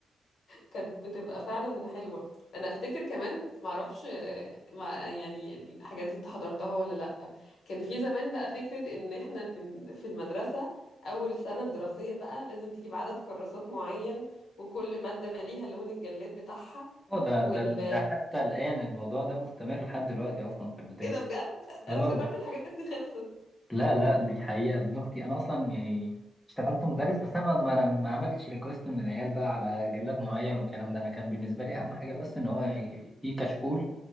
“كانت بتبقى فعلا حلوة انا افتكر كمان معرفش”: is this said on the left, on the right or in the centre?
Left